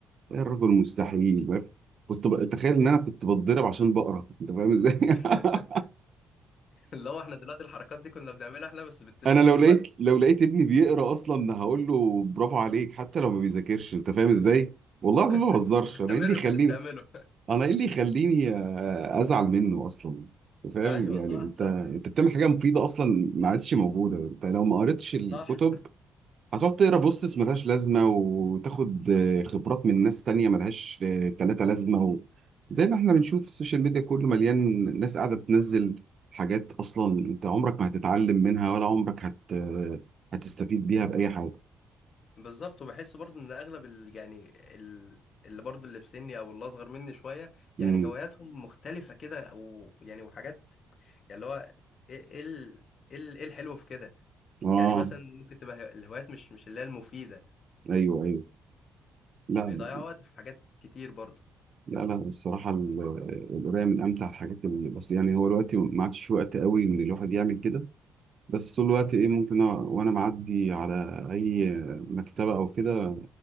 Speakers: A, on the right (about 50°); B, on the left (about 55°).
A: يا الرجل مستحيل كنت ب... تخيل ان انا كنت بتضرب عشان بقرا انت فاهم ازاي
B: <laughs>
A: <laughs>
B: اللي هو احنا دلوقتي الحركات دي كنا بنعملها احنا بس بالتليفون
A: انا لو لقيت
B: بقى
A: لو لقيت ابني بيقرا اصلا هقول له برافو عليك حتى لو ما بيذاكرش انت فاهم ازاي والله العظيم
B: <laughs>
A: ما بهزرش
B: استمر
A: انا ايه اللي يخليني
B: في اللي بتعمله
A: انا ايه اللي يخليني آه، ازعل منه اصلا
B: <laughs>
A: انت فاهم
B: ايوه
A: يعني
B: صح
A: انت
B: صح
A: انت بتعمل حاجه مفيده اصلا ما عادش موجوده انت لو ما قريتش الكتب
B: صح
A: هتقعد تقرا بوستس ملهاش لازمة وتاخد آه، خبرات من ناس تانية ملهاش آه، تلاتة لازمة و... زي ما احنا بنشوف السوشيال ميديا كله مليان ناس قاعدة بتنزل حاجات أصلا أنت عمرك ما هتتعلم منها ولا عمرك هت... آه، هتستفيد بيها بأي حاجة
B: بالظبط وبحس برضو ان اغلب ال... يعني ال... اللي برضو اللي في سني او اللي اصغر مني شويه
A: امم
B: يعني هواياتهم مختلفه كده او يعني وحاجات يعني اللي هو ايه ايه ال... ايه ال- إيه الحلو في كده
A: آه
B: يعني مثلا ممكن تبقى هي- الهوايات مش مش اللي هي المفيده
A: أيوه أيوه لا
B: بيضيعوا وقت في حاجات كتير برضو
A: لا لا الصراحة ال- القراية من أمتع الحاجات اللي بس يعني هو دلوقتي ما عادش في وقت قوي إن الواحد يعمل كده بس طول الوقت ايه ممكن أ- وانا معدي على اي مكتبة او كده